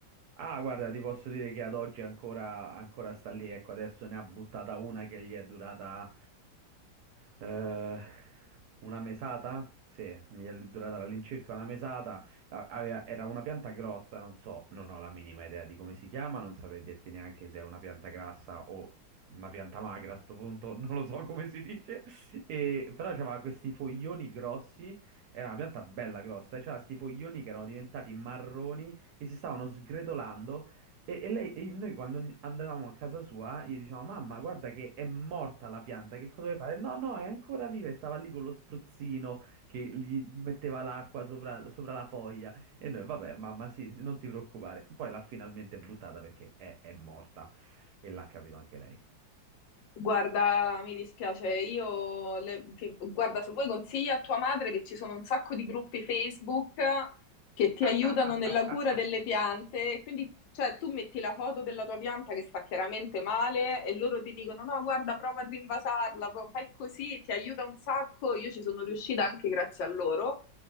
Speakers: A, on the right; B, on the left.
A: Ah, guarda, ti posso dire che ad oggi ancora, ancora sta lì. Ecco, adesso ne ha buttata una che gli è durata eh, una mesata. Sì, gli è durata all'incirca una mesata. A- aveva- era una pianta grossa, non so, non ho la minima idea di come si chiama, non saprei dirti neanche se è una pianta grassa o una pianta magra a sto punto, <laughs> non lo so <laughs> come si dice. E, però aveva questi foglioni grossi, era una pianta bella grossa, e c'aveva questi foglioni che erano diventati marroni e si stavano sgretolando e, e lei, e noi quando ogni- andavamo a casa sua gli dicevamo mamma guarda che è morta la pianta che cosa vuoi fare? No no è ancora viva e stava lì con lo spruzzino che gli, gli metteva l'acqua sopra, sopra la foglia e noi vabbè mamma sì, sì, non ti preoccupare poi l'ha finalmente buttata perché è, è morta e l'ha capito anche lei
B: Guarda, mi dispiace, io le- ti- guarda, se vuoi consiglia a tua madre che ci sono un sacco di gruppi Facebook che ti
A: <laughs>
B: aiutano nella cura delle piante, e quindi cioè tu metti la foto della tua pianta che sta chiaramente male e loro ti dicono no, guarda, prova a rinvasarla, pro- fai così, ti aiuta un sacco, io ci sono riuscita anche grazie a loro